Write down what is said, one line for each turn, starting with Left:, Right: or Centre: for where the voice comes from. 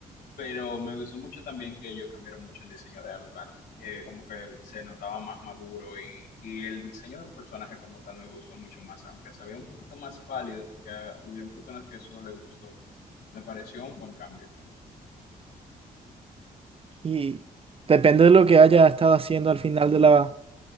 Left: Pero me gustó mucho también que ellos cambiaron mucho el diseño de Alucard. Eh, como que se notaba más maduro y, y el diseño del personaje como tal me gustó mucho más, aunque se veía un poquito más pálido, que ah, hubieron personas que eso no les gustó. Me pareció un buen cambio,
Right: Y depende de lo que haya estado haciendo al final de la,